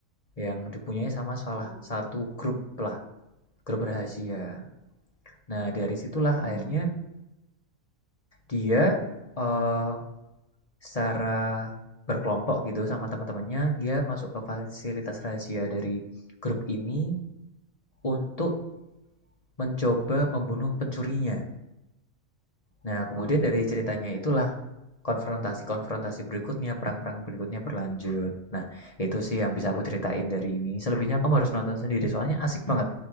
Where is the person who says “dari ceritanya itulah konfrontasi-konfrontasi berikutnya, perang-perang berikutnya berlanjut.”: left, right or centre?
Left